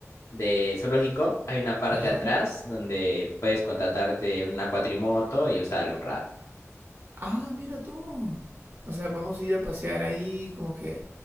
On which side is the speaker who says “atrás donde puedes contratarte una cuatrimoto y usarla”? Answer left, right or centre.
Left